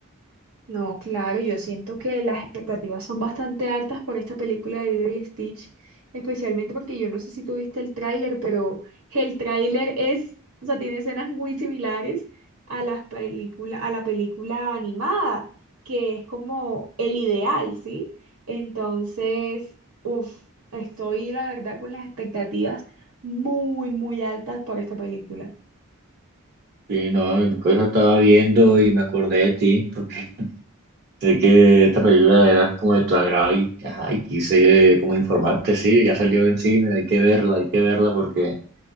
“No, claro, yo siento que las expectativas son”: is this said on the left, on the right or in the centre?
Right